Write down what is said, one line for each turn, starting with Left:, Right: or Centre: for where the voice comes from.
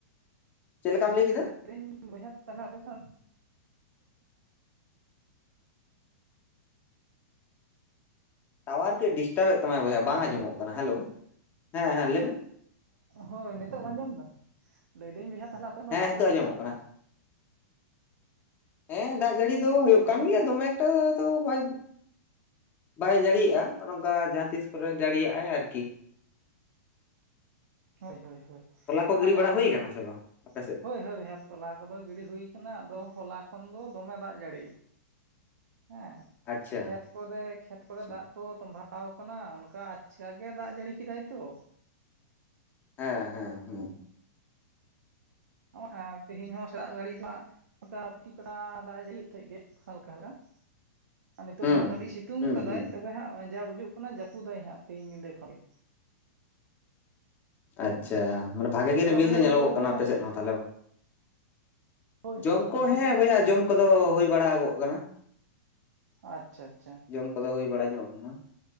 Left: ᱪᱮᱫ ᱞᱮᱠᱟᱢ ᱞᱟᱹᱭ ᱠᱮᱫᱟ?
Right: <unintelligible> ᱞᱟᱹᱭ ᱫᱤᱧ ᱵᱚᱭᱦᱟ ᱛᱟᱞᱟ ᱨᱮ ᱥᱟᱵᱽ
Left: ᱴᱟᱣᱟᱨ ᱠᱟᱹᱡ ᱰᱤᱥᱴᱟᱵ ᱮᱫ ᱛᱟᱢᱟᱭ ᱵᱚᱭᱦᱟ
Right: ᱦᱮᱞᱳ
Left: ᱵᱟᱝ ᱟᱸᱡᱚᱢᱚᱜ ᱠᱟᱱᱟ ᱦᱮᱞᱳ ᱦᱮᱸ ᱦᱮᱸ ᱞᱟᱹᱭ ᱢᱮ।
Right: ᱦᱳᱭ ᱱᱤᱛᱚᱜ ᱟᱸᱡᱚᱢ ᱫᱟ ᱞᱟᱹᱭᱫᱟᱹᱧ ᱵᱚᱭᱦᱟ ᱛᱟᱦᱚᱞᱮ <unintelligible> ᱟᱯᱮᱥᱮᱱ ᱫᱚ
Left: ᱦᱮᱸ
Right: ᱫᱟᱜ
Left: ᱱᱤᱛᱚᱜ
Right: ᱡᱟᱹᱲᱤ
Left: ᱟᱸᱡᱚᱢᱚᱜ
Right: ᱪᱮᱫ ᱞᱮᱠᱟ।
Left: ᱠᱟᱱᱟ ᱦᱮᱸ ᱫᱟᱜ ᱡᱟᱹᱲᱤ ᱫᱚ ᱦᱩᱭᱩᱜ
Right: ᱞᱟᱹᱭᱫᱟᱹᱧ
Left: ᱠᱟᱱ ᱜᱮᱭᱟ ᱫᱚᱢᱮ ᱮᱠᱴᱟ ᱫᱚ ᱵᱟᱭᱼᱼ ᱵᱟᱭ ᱡᱟᱲᱤᱭᱮᱜᱼᱟ ᱚᱝᱠᱟ ᱡᱟᱦᱟᱸ ᱛᱤᱥ ᱠᱚᱨᱮ ᱡᱟᱲᱤᱭᱟᱜᱼᱟᱭ ᱟᱨᱠᱤ।
Right: ᱦᱳᱭ ᱦᱳᱭ ᱦᱳᱭ,
Left: ᱛᱚᱞᱟ ᱠᱚ
Right: ᱟᱞᱮ
Left: ᱜᱤᱰᱤ ᱵᱟᱲᱟ
Right: ᱥᱮᱱ
Left: ᱦᱩᱭ ᱠᱟᱱᱟ ᱥᱮ ᱵᱟᱝ ᱟᱯᱮ ᱥᱮᱫ
Right: ᱦᱳᱭ ᱦᱳᱭ ᱦᱳᱭ। ᱛᱚᱞᱟ ᱠᱚᱫᱚ ᱜᱤᱰᱤ ᱦᱩᱭ ᱠᱟᱱᱟ ᱟᱫᱚ ᱦᱚᱞᱟ ᱠᱷᱚᱱ ᱫᱚ ᱫᱚᱢᱮ ᱫᱟᱜ ᱡᱟᱹᱲᱤ ᱦᱮᱸ।
Left: ᱟᱪᱪᱷᱟ
Right: ᱠᱷᱮᱛ ᱠᱚᱨᱮ ᱠᱷᱮᱛ
Left: ᱟᱪᱪᱷᱟ
Right: ᱠᱚᱨᱮ ᱫᱟᱜᱼᱼ ᱠᱚ ᱛᱚᱢᱵᱷᱟᱣ ᱠᱟᱱᱟ ᱚᱱᱠᱟ ᱟᱪᱠᱟ ᱜᱮ ᱫᱟᱜ ᱡᱟᱹᱲᱤ ᱠᱮᱫᱟᱭ ᱛᱚ।
Left: ᱦᱮᱸ ᱦᱮᱸ ᱦᱮᱸ।
Right: ᱚ ᱟ ᱛᱮᱦᱮᱧ ᱦᱚᱸ <unintelligible> ᱥᱟᱨᱟᱜᱷᱟᱹᱲᱤᱡ ᱫᱚ ᱦᱟᱸᱜᱼᱼ ᱚᱱᱠᱟ ᱯᱤ ᱯᱮᱲᱟ ᱫᱟᱜ ᱡᱟᱹᱲᱤᱭᱮᱫ ᱛᱟᱦᱮᱸ ᱜᱮ ᱦᱟᱞᱠᱟ ᱦᱟᱞᱠᱟ ᱟᱨ ᱱᱤᱛᱳᱜ
Left: ᱦᱩᱸ
Right: ᱫᱚ ᱦᱟᱸᱜ ᱠᱟᱹᱴᱤᱡ ᱥᱤᱛᱩᱝ
Left: ᱦᱩᱸ
Right: ᱠᱟᱫᱟᱭ
Left: ᱦᱩᱸ
Right: ᱛᱚᱵᱮ ᱦᱟᱸᱜ ᱡᱟ ᱵᱩᱡᱩᱜ ᱠᱟᱱᱟ ᱡᱟᱹᱯᱩᱫᱟᱭ ᱦᱟᱸᱜ ᱛᱮᱦᱤᱧ ᱧᱤᱫᱟᱹ ᱠᱷᱚᱱ ᱜᱮ
Left: ᱟᱪᱪᱷᱟ
Right: ᱦᱩᱸ
Left: ᱢᱟᱱᱮ ᱵᱷᱟᱜᱮ ᱜᱮ
Right: ᱛᱟᱦᱚᱞᱮ
Left: ᱨᱤᱢᱤᱞ
Right: ᱵᱚᱭᱦᱟ
Left: ᱫᱚ
Right: ᱡᱚᱢ
Left: ᱧᱮᱞᱚᱜᱚᱜ
Right: ᱠᱚᱫᱚ
Left: ᱠᱟᱱᱟ
Right: ᱦᱩᱭᱱᱟ
Left: ᱟᱯᱮ
Right: ᱥᱮ
Left: ᱥᱮᱫ
Right: ᱵᱟᱝ
Left: ᱦᱚᱸ ᱛᱟᱦᱚᱞᱮ
Right: ᱦᱳᱭ
Left: ᱡᱚᱢ
Right: ᱦᱳᱭ
Left: ᱠᱚ
Right: ᱨᱤᱢᱤᱞ
Left: ᱦᱮᱸ
Right: ᱫᱚ
Left: ᱵᱚᱭᱦᱟ
Right: ᱵᱷᱟᱜᱤ
Left: ᱡᱚᱢ ᱠᱚᱫᱚ
Right: ᱜᱮ
Left: ᱦᱩᱭ ᱵᱟᱲᱟ ᱜᱚᱜ ᱠᱟᱱᱟ।
Right: ᱟᱪᱪᱷᱟ ᱟᱪᱪᱷᱟ।
Left: ᱡᱚᱢ ᱠᱚᱫᱚ ᱦᱩᱭ ᱵᱟᱲᱟ ᱧᱚᱜ ᱠᱟᱱᱟ।